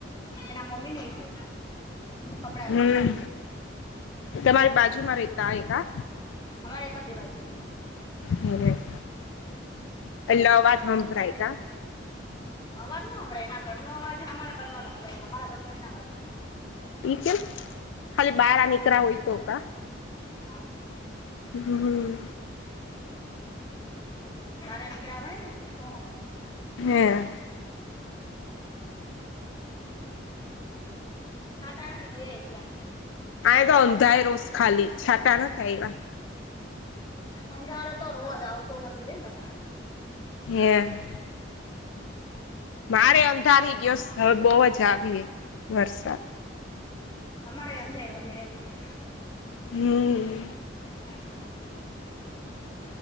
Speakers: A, on the left; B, on the left.
A: એના મોમ્મીનેય સે કપડા
B: હમ
A: લઈશ.
B: તમારી બાજુમાં રેતા હોય કા
A: હમારે એક જ દિવાલ સ.
B: હેં હેં એટલે અવાજ હંભરાય કાં
A: અવાજ ન હંભરાય એના ઘરનો અવાજ હમારા ઘરમાં નો હંભરાય હમારા ઘરનો એના ઘરમાં નો
B: ઈ ચ્યમ ખાલી બારા નીકરા હોય તો કાં.
A: હા.
B: હમ્મ
A: બાર નીકળ હોય ને તો.
B: હ્યાં
A: હટ આવી ને ભાઈ આવી ગયા.
B: આંય તો અંધાયરુ સ ખાલી છાંતા નથ આયવા.
A: અંધારો તો રોજ આવતો નથી બેન <unintelligible>
B: હેં. મારે અંધારી ગયો સ હવે બહુ જ આવીએ વરસાદ.
A: હમારેય અંધેર હો આયવું ન
B: હમ્મ.
A: અવાજ નો હંભરાય